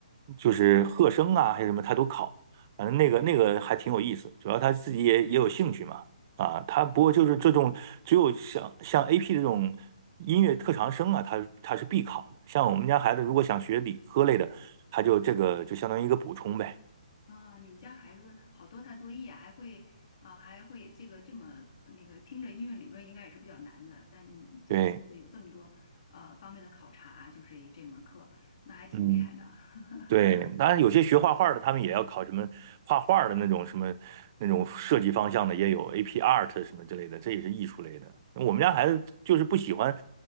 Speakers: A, on the right; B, on the left.
A: 就是和声啊，还是什么，他都考。反正那个那个还挺有意思，主要他自己也也有兴趣嘛。啊，他不过就是这种只有像像 AP 这种音乐特长生啊，他他是必考的。像我们家孩子如果想学理科类的，他就这个就相当于一个补充呗。
B: 啊，你们家孩子好多才多艺啊，还会啊，还会这个这么那个，听着音乐理论应该也是比较难的，但你像你说的有这么多呃方面的考察，
A: 对，
B: 就是这门课，那还挺厉害的。
A: 嗯。
B: <laughs>
A: 对，当然有些学画画的，他们也要考什么画画的那种什么那种设计方向的，也有 AP Art 什么之类的，这也是艺术类的。我们家孩子就是不喜欢
B: 哦，